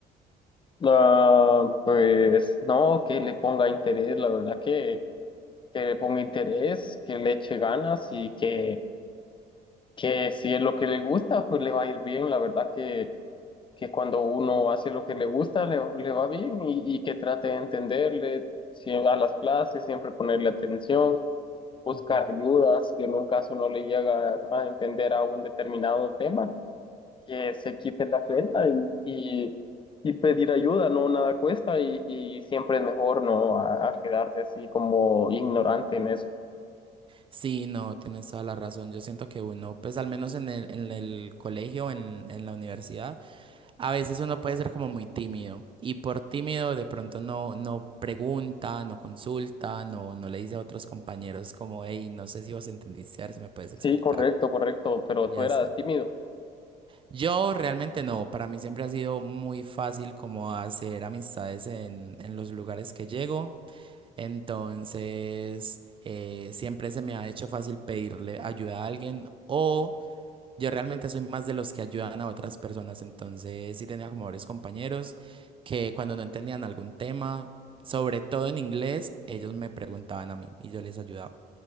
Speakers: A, on the left; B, on the right.
A: Ah, pues no, que le ponga interés, la verdad que, que le ponga interés, que le eche ganas y que, que si es lo que le gusta, pues le va a ir bien. La verdad que que cuando uno hace lo que le gusta, le, le va bien y, y que trate de entenderle si- a las clases, siempre ponerle atención, buscar
B: Ujú.
A: ayudas, si en un caso no le llega a entender a un determinado tema, que se quite la pena y, y, y pedir ayuda, no nada cuesta y, y siempre es mejor no a, a quedarte así como ignorante en eso.
B: Sí, no, tienes toda la razón. Yo siento que uno, pues al menos en el, en el colegio, en, en la universidad, a veces uno puede ser como muy tímido y por tímido de pronto no, no pregunta, no consulta, no, no le dice a otros compañeros como, hey, no sé si vos entendiste, a ver si me puedes explicar.
A: Sí, correcto, correcto, pero
B: Y
A: tú
B: así.
A: eras tímido.
B: Yo realmente no, para mí siempre ha sido muy fácil como hacer amistades en, en los lugares que llego. Entonces, eh, siempre se me ha hecho fácil pedirle ayuda a alguien o yo realmente soy más de los que ayudan a otras personas. Entonces, sí tenía como varios compañeros que cuando no entendían algún tema, sobre todo en inglés, ellos me preguntaban a mí y yo les ayudaba.